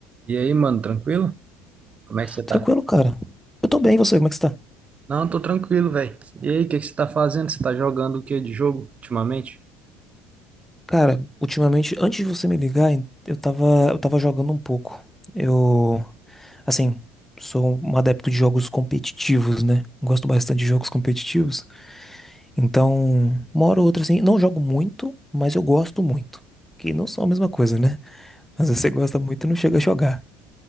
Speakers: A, on the right; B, in the centre.
A: E aí, mano, tranquilo? Como é que você
B: Tranquilo,
A: tá?
B: cara. Eu tô bem, e você, como é que você tá?
A: Não, tô tranquilo, velho. E aí, o que que você tá fazendo? Você tá jogando o que de jogo ultimamente?
B: Cara, ultimamente, antes de você me ligar, eu tava, eu tava jogando um pouco. Eu, assim, sou um adepto de jogos competitivos, né? Gosto bastante de jogos competitivos. Então, uma hora ou outra, assim, não jogo muito, mas eu gosto muito. Que não são a mesma coisa, né? Às vezes você gosta muito e não chega a jogar.